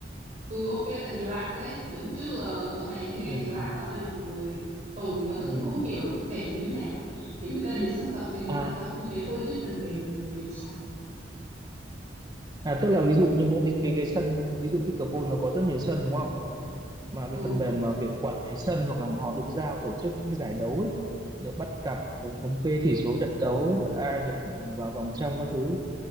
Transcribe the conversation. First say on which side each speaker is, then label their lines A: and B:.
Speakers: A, on the right (about 40°); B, on the right (about 20°).
A: Ừ ok tại vì lạ đấy bởi vì trước giờ tớ thấy cái ngành
B: ừ.
A: này lạ lắm này mọi người ừ mà tớ
B: Ừ.
A: cũng không hiểu là cụ thể nó như nào ấy kiểu người ta đến sân tập thì người
B: à
A: ta tập như thế thôi chứ phần mềm là phần mềm sao
B: à tức là ví dụ như mỗi cái cái cái sân ví dụ pickleball nó có rất nhiều sân đúng không mà
A: ừ
B: cái phần mềm mà kiểu quản lý sân hoặc là họ đứng ra tổ chức những cái giải đấu ấy, rồi bắt cặp rồi thống kê tỷ số trận đấu rồi ai được vào vòng trong các thứ ấy.